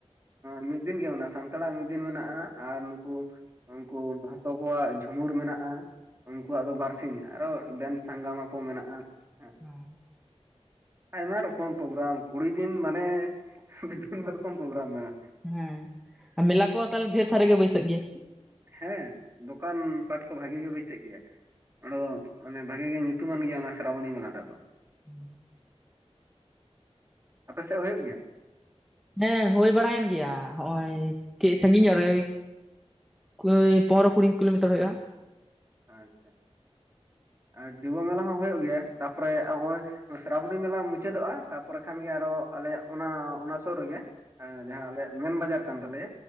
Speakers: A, on the right; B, in the centre.
A: ᱢᱤᱫ ᱫᱤᱱ ᱜᱮ ᱢᱮᱱᱟᱜᱼᱟ, ᱥᱟᱱᱛᱟᱲᱟᱜ ᱢᱤᱫ ᱫᱤᱱ ᱢᱮᱱᱟᱜᱼᱟ ᱟᱨ ᱱᱩᱠᱩ ᱩᱱᱠᱩ ᱢᱟᱦᱛᱚ ᱠᱚᱣᱟᱜ ᱡᱷᱩᱢᱩᱨ ᱢᱮᱱᱟᱜᱼᱟ᱾ ᱩᱱᱠᱩᱣᱟᱜ ᱫᱚ ᱵᱟᱨᱥᱤᱧ ᱟᱨᱚ ᱰᱮᱱ ᱥᱟᱸᱜᱟᱢᱟ ᱠᱚ ᱢᱮᱱᱟᱜᱼᱟ᱾ ᱦᱮ,
B: ᱦᱮᱸ
A: ᱟᱭᱢᱟ ᱨᱚᱠᱚᱢ᱾ ᱯᱨᱳᱜᱨᱟᱢ ᱠᱩᱲᱤ ᱫᱤᱱ ᱢᱟᱱᱮ ᱠᱩᱲᱤ <unintelligible> ᱫᱤᱱᱚᱠᱚᱢ ᱯᱨᱳᱜᱨᱟᱢ ᱢᱮᱱᱟᱜᱼᱟ᱾
B: ᱦᱮᱸ ᱢᱮᱞᱟ ᱠᱚ ᱛᱟᱦᱚᱞᱮ ᱰᱷᱮᱨ ᱛᱷᱟᱨ ᱨᱮ ᱜᱮ ᱵᱟᱹᱭᱥᱟᱹᱜ ᱜᱮᱭᱟ?
A: ᱦᱮᱸ ᱫᱚᱠᱟᱱ ᱯᱟᱴ ᱛᱚ ᱵᱷᱟᱜᱤ ᱜᱮ ᱵᱟᱹᱭᱥᱟᱹᱜ ᱜᱮᱭᱟ ᱚᱫᱚ ᱢᱟᱱᱮ ᱵᱷᱟᱜᱮ ᱜᱮ ᱧᱩᱛᱩᱢᱟᱱ ᱜᱮᱭᱟ ᱚᱱᱟ ᱥᱨᱟᱣᱚᱱᱤᱞᱟᱴᱟᱜ ᱫᱚ᱾
B: ᱦᱩᱸ
A: ᱟᱯᱮ ᱥᱮᱫ ᱦᱩᱭᱩᱜ ᱜᱮᱭᱟ?
B: ᱦᱮᱸ ᱦᱩᱭ ᱵᱟᱲᱟᱭᱮᱱ ᱜᱮᱭᱟ ᱦᱚᱜᱼᱚᱭ ᱠᱟᱹᱡ ᱥᱟᱺᱜᱤᱧ ᱧᱚᱜ ᱨᱮ᱾ ᱠᱳᱭ ᱯᱚᱱᱨᱚ ᱠᱩᱲᱤ ᱠᱤᱞᱳᱢᱤᱴᱟᱨ ᱦᱩᱭᱩᱜᱼᱟ᱾
A: ᱟᱪᱪᱷᱟ᱾ ᱟᱨ ᱡᱤᱵᱚ ᱢᱮᱞᱟ ᱦᱚᱸ ᱦᱩᱭᱩᱜ ᱜᱮᱭᱟ ᱛᱟᱯᱚᱨᱮ ᱱᱚᱜ ᱥᱨᱟᱵᱚᱱᱤ ᱢᱮᱞᱟ ᱢᱩᱪᱟᱹᱫᱚᱜᱼᱟ ᱛᱟᱯᱚᱨᱮ ᱠᱷᱟᱱ ᱜᱮ ᱟᱨᱚ ᱟᱞᱮᱭᱟᱜ ᱚᱱᱟ-ᱚᱱᱟ ᱥᱩᱨ ᱨᱮᱜᱮ ᱡᱟᱦᱟᱸ ᱟᱞᱮᱭᱟᱜ ᱢᱮᱱ ᱵᱟᱡᱟᱨ ᱠᱟᱱ ᱛᱟᱞᱮᱭᱟ᱾